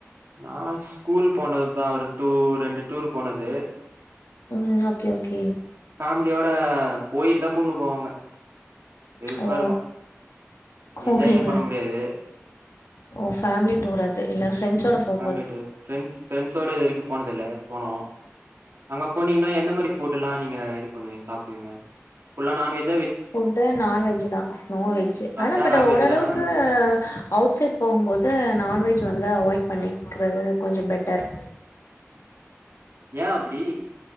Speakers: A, on the right; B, on the left.
A: நா ஸ்கூல் போனதுதா ஒரு டூ ரெண்டு டூர் போனது
B: உம் ஓகே ஓகே
A: மிலியோட கோயில்தா <unintelligible> போவாங்க வெறுப்பா
B: ஓ
A: இருக்கும்
B: கோவில்
A: என்ஜாயே பண்ண முடியாது
B: ஓ ஃபேமிலி டூர் அது இல்ல ஃபிரண்ட்ஸ்ஸோட போ
A: ஃபேமிலி டூர் ஃபிரண்ட்ஸ் ஃபிரண்ட்ஸ்ஸோட இது வரிக்கு போனது இல்ல போனு அங்க போனீங்ன்னா என்ன மாரி ஃபு ஃபுட்ல்லா நீங்க இது பண்ணுவீங் சாப்புடுவீங்க ஃபுல்லா நான் வெஜ்
B: ஃபுட்டு நான்வெஜ்ஜு தா நோ வெஜ்ஜு
A: தொட்டா
B: ஆனா பட்
A: நான்வெஜ்
B: ஓரளவுக்கு
A: தான்
B: அவுட் சைட் போகும்போது நான்வெ ஜ்ல வந்து அவாய்ட் பண்ணிக்கிறது கொஞ்சோ பெட்டர்
A: ஏ அப்பிடி